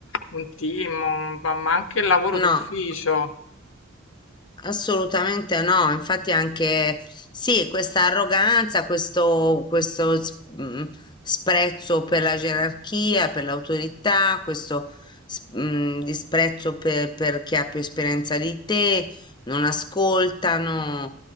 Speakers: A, on the left; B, on the left.
A: un team, un- ma ma anche il lavoro
B: no.
A: d'ufficio.
B: Assolutamente no, infatti anche sì, questa arroganza, questo, questo s- mh, sprezzo per la gerarchia, per l'autorità, questo s- mh, disprezzo per, per chi ha più esperienza di te, non ascoltano,